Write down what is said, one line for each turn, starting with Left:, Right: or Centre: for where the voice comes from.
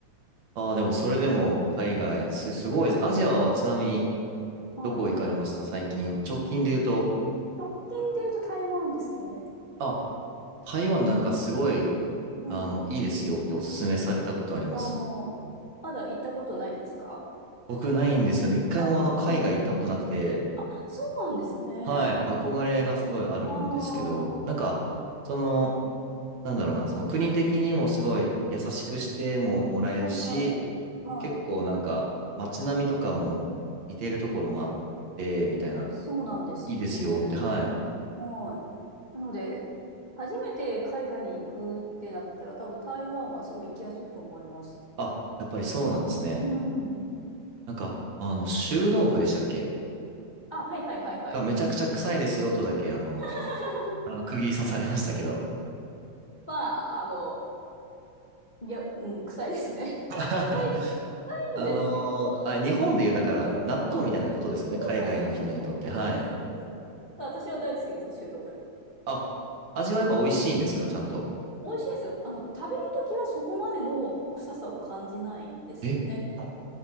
Right: ああ、でもそれでも海外、
Left: うん
Right: す、すごいです。アジアはちなみに
Left: はい。
Right: どこ行かれました最近。直近で言うと、
Left: 直近で言うと台湾ですね。
Right: あ、台湾なんかすごい、
Left: うん。
Right: あの、いいですよっておすすめされたことあります。
Left: ああ。まだ行ったことないですか
Right: 僕ないんですよね。一回もあの、
Left: ああー。
Right: 海外行ったことなくて、
Left: あ、そうなんですね。
Right: はい、憧れがすごいあるんですけど、
Left: ああ。は
Right: なんか、その、なんだろうな、その国的にもすごい優しくしてももらえるし、
Left: いはい。はい。
Right: 結構なんか街並みとかも似てるところもあって、みたいな、
Left: そうなんですよね。
Right: いいですよって、はい。
Left: はい。なので、初めて海外に行くってなったら、多分台湾はすごい行きやすいと思います。
Right: あ、やっぱりそうなんですね。
Left: うん。
Right: なんか、あの、臭豆腐でしたっけ
Left: あ、はいはいはいはい。
Right: がめちゃくちゃ臭いですよとだけ、あの、
Left: <laughs>
Right: あの釘刺されましたけど。
Left: まあ、あの、いや、うん、臭いですね。<laughs>
Right: <laughs>
Left: 臭
Right: あのーあ、
Left: いんですけど、
Right: 日本でいう、だから納豆みたいなことですよね。
Left: そうそうそうそうそう、
Right: 海外の人にとって。
Left: そうです、
Right: はい。
Left: そうです。私は大好きです、臭豆腐。
Right: あ、味はやっぱ美味しいんですかちゃんと。
Left: 美味しいですよ。あの、食べるときはそこまでの臭さを感じないんですよね。
Right: えあ